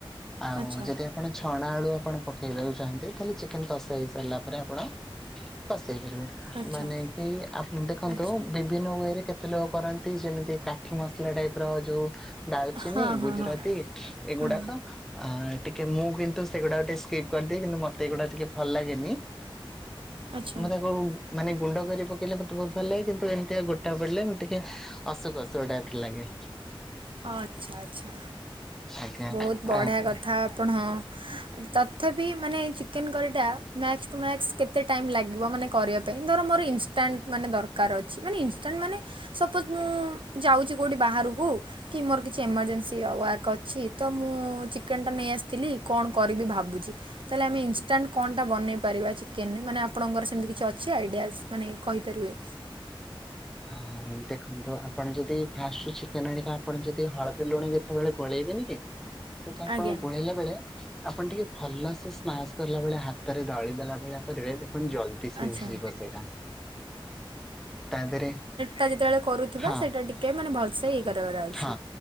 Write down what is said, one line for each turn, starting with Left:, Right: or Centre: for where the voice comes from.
Centre: ଆଉ
Right: ଆଚ୍ଛା
Centre: ଯଦି ଆ ପଣ ଛଣା ଆଳୁ ଆପଣ ପକାଇବାକୁ ଚାହାଁନ୍ତି ତାହେଲେ ଚିକେନ୍ କସେ ହେଇ ସାରିଲା ପରେ ଆପଣ ଖସେଇ ପାରିବେ।
Right: ଆଚ୍ଛା
Centre: ମାନେ କି ଆ ଦେଖନ୍ତୁ
Right: ଆଚ୍ଛା
Centre: ବିଭିନ୍ନ ୱେରେ କେତେ ଲୋକ କରନ୍ତି ଯେମିତି କାଠି ମସଲା ଟାଇପର ଯୋଉ ଡାଲଚିନି,
Right: ହଁ ହଁ
Centre: ଗୁଜୁରାତି
Right: ହଁ
Centre: ଏଗୁଡାକ।
Right: ହଁ
Centre: ଆ ଟିକେ ମୁଁ କିନ୍ତୁ ସେଗୁଡା ଟିକେ ସ୍କିପ୍ କରିଦିଏ କିନ୍ତୁ ମତେ ଏଗୁଡା ଟିକେ ଭଲ ଲାଗେନି।
Right: ଆଚ୍ଛା
Centre: ମତେ ତାକୁ ମାନେ ଗୁଣ୍ଡ କରି ପକେଇଲେ ମତେ ବହୁତ ଭଲ ଲାଗେ, କିନ୍ତୁ ଏମିତିଆ ଗୋଟା ପକେଲେ ମୁଁ ଟିକେ ଅସୁକ ଅସୁକ ଟାଇପ୍ ର ଲାଗେ।
Right: ଅ ଆଚ୍ଛା ଆଚ୍ଛା
Centre: ଆଜ୍ଞା
Right: ବହୁତ ବଢ଼ିଆ
Centre: ତାପ
Right: କଥା ଆପଣ ତଥାପି ମାନେ ଚିକେନ୍ କରିଟା ମ୍ୟାକ୍ସ ଟୁ ମ୍ୟାକ୍ସ କେ ଏତେ ଟାଇମ୍ ଲାଗିବ ମାନେ କରିବା ପାଇଁ ଧର ମୋର ଇନଷ୍ଟାଣ୍ଟ ମାନେ ଦରକାର ଅଛି ମାନେ ଇନଷ୍ଟାଣ୍ଟ ମାନେ ସପୋଜ ମୁଁ ଯାଉଛି କୋଉଠି ବାହାରକୁ କି ମୋର କିଛି ଏମର୍ଜେନ୍ସି ୱାର୍କ ଅଛି ତ ମୁଁ ଚିକେନ୍ ଟା ନେଇଆସିଥିଲି, କଣ କରିବି ଭାବୁଛି? ତାହେଲେ ଆମେ ଇନଷ୍ଟାଣ୍ଟ କଣଟା ବନେଇ ପାରିବା ଚିକେନ୍ ରେ ମାନେ ଆପଣଙ୍କର ସେମିତି କିଛି ଅଛି ଆଇଡ଼ିଆ ଅଛି ମାନେ କହିପାରିବେ।
Centre: ହଁ ଦେଖନ୍ତୁ ଆପଣ ଯଦି ଫାଷ୍ଟରୁ ଚି ଚିକେନ୍ ଆଣିକି ଆପଣ ଯଦି ହଳଦୀ ଲୁଣ ଯେତେବେଳେ ଗୋଳେଇବେନି କି ସେଟା ଆପଣ
Right: ଆଜ୍ଞା
Centre: ଗୋଳେଇଲା ବେଳେ ଆପଣ ଟିକେ ଭଲସେ ସ୍ନାସ କଲା ବେଳେ ହାତରେ ଦଳି ଦେଲା ଭଳିଆ କରିବେ ଦେଖନ୍ତୁ ଜଲଦି ସିଜି
Right: ଆଚ୍ଛା
Centre: ଯିବ ସେଇଟା, ତା ଦେହରେ
Right: ତା ଯେତେବେଳେ କରୁଥିବା
Centre: ହଁ
Right: ସେଇଟା ଟିକେ ମାନେ ଭଲସେ ଇ କରିବାରଇ।
Centre: ହଁ